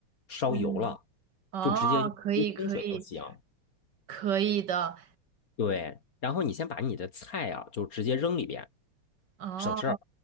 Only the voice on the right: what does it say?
嗯，哦，
可以，可以，可以的。
哦